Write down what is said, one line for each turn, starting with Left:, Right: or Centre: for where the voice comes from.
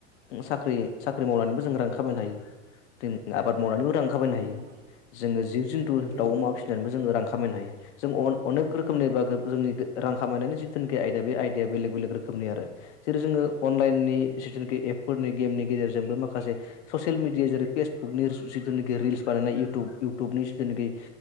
Left: उम साख्रि साख्रि मावनानैबो जों रां ख खामायनो हायो दों आबाद मावनानैबो रां खामायनो
Right: औ
Left: हायो
Right: नंगौ
Left: जोङो जिब जुनटु
Right: औ
Left: दाउ अमा
Right: नंगौ
Left: फिसिनानैबो जोङो रां खा खामायनो हायो जों अन‌ अनेक रोखोमनि बा गोब ओ जोंनि गो रां खामायनायनि जिथुनिखि आयदा बे आयदाया बेलेग बेलेग रोखोमनि आरो जेरै जोङो अनलाइननि जिथुनाखि एप फोरनि गेमनि गेजेरजोंबो माखासे ससियेल मिडिया जेरै पेसबुकनि जि जिथुनाखि रिल्स बानायनाय इउटुब इयउटुबनि जिथुनेखि